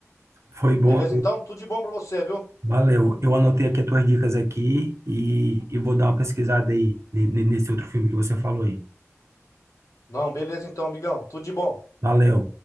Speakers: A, on the right; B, on the left.
A: Foi bom.
B: Beleza, então? Tudo de bom pra você, viu?
A: Valeu. Eu anotei aqui as tuas dicas aqui e, e vou dar uma pesquisada aí ne- ne- nesse outro filme que você falou aí.
B: Não, beleza então, amigão. Tudo de bom.
A: Valeu.